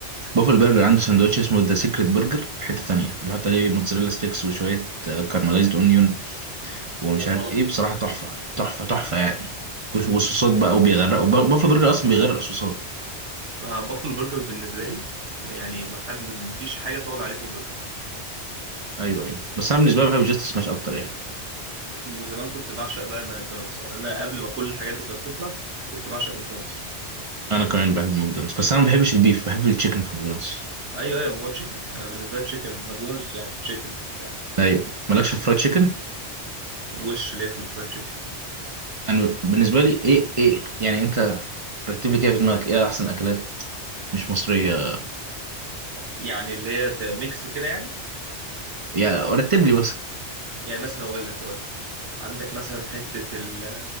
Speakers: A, on the right; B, on the right.
A: بافل برجر عنده سندوتش اسمه ذا سيكريت برجر في حتة تانية
B: مم.
A: بيحط عليه موتزاريلا ستيكس وشوية كارملايزد اونيون ومش
B: يا نهار
A: عارف
B: ابيض
A: ايه بصراحه تحفه تحفه تحفه يعني وش- والصوصات بقى وبيغرقوا ب- بافلو برجر اصلا بيغرق صوصات
B: آه، بافلو برجر بالنسبه لي يعني ما حد ما فيش حاجه تعلى عليه في البرجر
A: ايوه ايوه بس انا بالنسبه لي بحب جاست سماش اكتر يعني
B: وزمان كنت بعشق بقى ماكدونالدز يعني انا قبل ما كل الحاجات دي كانت تطلع كنت بعشق ماكدونالدز
A: انا كمان بحب ماكدونالدز بس انا ما بحبش البيف بحب التشيكن في ماكدونالدز
B: ايوه ايوه ما هو تشيكن آه، بالنسبه لي تشيكن ماكدونالدز يعني تشيكن وبتاع
A: ايوه مالكش في فرايد تشيكن
B: وش ليه في الفرايد تشيكن
A: انا بالنسبه لي ايه ايه يعني انت رتب لي كده في دماغك ايه احسن اكلات مش مصريه
B: يعني اللي هي ت- ميكس كده يعني
A: يعني رتب لي مثلا
B: يعني مثلا هقول لك هقول لك عندك مثلا حتة ال